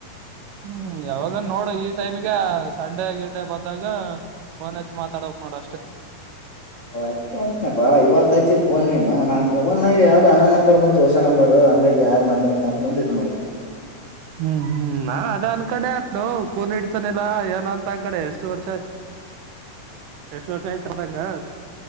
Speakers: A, on the right; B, on the left.
A: ಹ್ಮ್ ಯಾವಾಗನ ನೋಡು ಈ ಟೈಮಗ ಸಂಡೆ ಗಿಂಡೆ ಬಂದಾಗ. ಫೋನ್ ಹಚ್ಚಿ ಮಾತಾಡೋಕ್ ನೋಡ ಅಷ್ಟೇ.
B: ಓಹ್ ಅದಕ್ಕೆ ಅಂತನಪ್ಪಾ ಇವತ್ ಹಚ್ಚಿದ್ ಫೋನ್ ನೀನು ನಾಕ್ ಕಬ ನ ಯಾವ್ದ್ ಅನೋನ ನಂಬರ್ ಬಂತ ಹೊಸ ನಂಬರ್ ಹಂಗಾಗಿ ಯಾರ್ ನಂಬರ್ಪ್ಪಾ ಅಂತಂದ ಇದ್ ಮಾಡಿದೆ ನಾನ.
A: ಹ್ಮ್ ಹ್ಮ್ ನಾನ್ ಅದ ಅಂದ ಕಡೆ ಅದು ಕೂನ್ ಇಡ್ತಾನಿಲ್ಲಾ ಏನ ಅಂತ ಅಕಡೆ ಎಷ್ಟು ವರ್ಷ ಆಯ ಎಷ್ಟ ವರ್ಷ ಆಯ್ತಾರದಂಗ